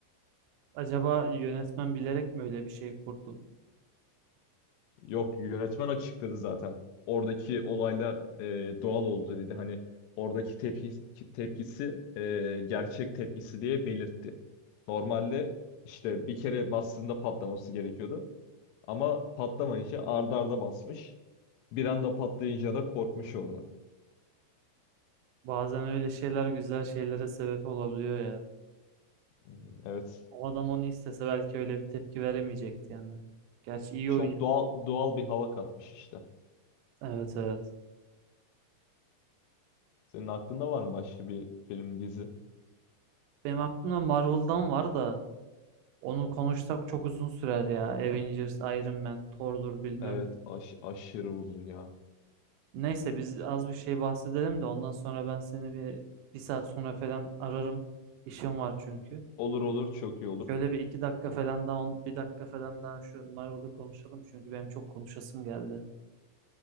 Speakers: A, on the right; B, on the left.
A: Acaba yönetmen bilerek mi öyle bir şey kurdu?
B: Yok yönetmen açıkladı zaten. Oradaki olaylar e, doğal oldu dedi. Hani oradaki tepki, tepkisi e, gerçek tepkisi diye belirtti. Normalde işte bir kere bastığında patlaması gerekiyordu. Ama patlamayınca arda arda basmış. Bir anda patlayınca da korkmuş orada.
A: Bazen öyle şeyler güzel şeylere sebep olabiliyor ya.
B: Hmm, Evet.
A: O adam onu istese belki öyle bir tepki veremeyecekti yani. Gerçi iyi
B: Çok
A: oyuncu.
B: doğal doğal bir hava katmış işte.
A: Evet evet.
B: Senin aklında var mı başka bir film dizi?
A: Benim aklımda Marvel'dan var da onu konuşsak çok uzun sürer ya. Avengers, Iron Man, Thor'dur bilmem.
B: Evet, aş- aşırı uzun ya.
A: Neyse biz az bir şey bahsedelim de ondan sonra ben seni bir bir saat sonra falan ararım. İşim var çünkü.
B: Olur olur çok iyi olur.
A: Şöyle bir iki dakika falan daha on, bir dakika falan daha şu Marvel'ı konuşalım çünkü benim çok konuşasım geldi.